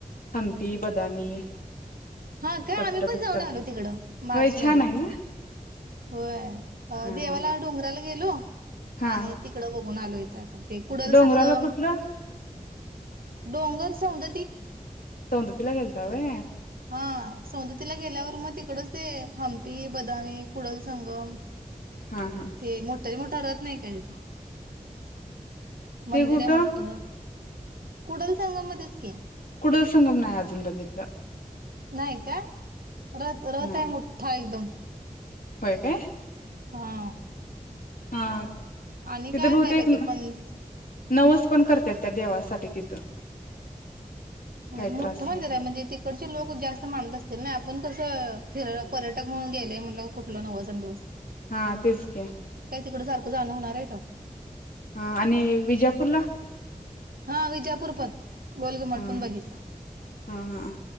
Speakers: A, on the left; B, on the right.
A: हंपी बदामी.
B: हा काय
A: पट्ट
B: आम्ही पण
A: दुक्कल
B: जाऊन आलो तिकड मार्च
A: होय छान
B: मध्ये
A: आहे ना
B: होय
A: हा
B: देवाला डोंगराला. गेलो.
A: हा
B: आणि तिकडं. कोणा आलो इथ आता. ते कुडल
A: डोंगराला
B: संगम
A: कुठलं
B: डोंगर सौंदती.
A: सौंदतीला गेलता होय.
B: हा सौंततीला गेल्यावर मग तिकडच दे हंपी बदामी कुडल संगम.
A: हा हा
B: ते मोटा ज मोटा रा. नाही का तथ.
A: ते
B: मंदिर
A: कुठं
B: आहे मोठठ. कुडल संगा मध्येच क.
A: कुडल संगम नाही अजून बघितलं.
B: नाही का. रत रत
A: नाही
B: आहे मोठ्ठा एकदम.
A: होय काय.
B: हा.
A: हा.
B: आणि
A: तिथं
B: काय
A: बहुतेक
B: हय पाहि ते म्हणज.
A: नवस पण करतात त्या देवासाठी तिथं. काय
B: मोठं
A: त्रास
B: मंदिर आहे म्हणजे तिकडचे लोक जास्त माणत असतील ना. आपण कसं फिर पर्यटक म्हणून गेले म्हटल कुठल नवच दिवस.
A: हा तेसकी.
B: तिकड सारखं जाणं होणार आहे त.
A: हा आणि विजापूरला.
B: हा विजापूर पण गोल घुमट
A: हा
B: मट पण बघितला.
A: हा हा.